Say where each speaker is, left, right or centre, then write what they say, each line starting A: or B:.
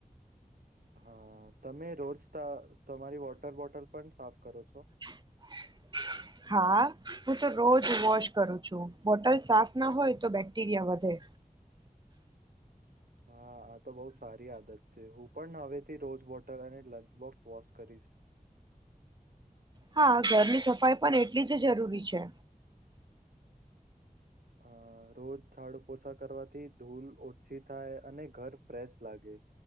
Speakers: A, on the right; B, on the right.
A: હા તમે રોજ ત તમારી વોટર બોટલ પણ સાફ કરો છો?
B: <inaudible> <inaudible>
A: <inaudible>
B: હા હું તો રોજ વોશ કરું છું. બોટલ સાફ ના હોય તો બેક્ટેરિયા વધે.
A: હા આ તો બઉ સારી આદત છે. હું પણ હવેથી રોઝ બોટર અને લંચ બોક્સ વોશ કરીશ.
B: હા ઘરની સફાઈ પણ એટલી જ જરૂરી છે.
A: અ રોજ ઝાડુ પોછા કરવાથી ધૂલ ઓછી થાય. અને ઘર ફ્રેશ લાગે.